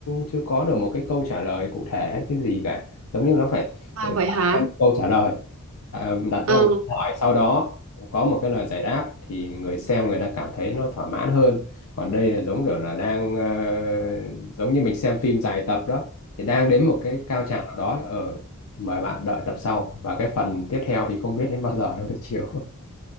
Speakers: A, on the left; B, on the right.
A: chưa có được một cái câu trả lời cụ thể hay cái gì cả giống như nó phải
B: à
A: để
B: vậy hả
A: xem câu trả lời à, đặt
B: à,
A: ra một câu hỏi sau đó có một cái lời giải đáp thì người xem người ta cảm thấy nó thỏa mãn hơn còn đây là giống kiểu là đang ờ, giống như mình xem phim dài tập đó thì đang đến một cái cao trào nào đó ở mời bạn đợi tập sau và cái phần tiếp theo thì không biết đến bao giờ nó mới chiếu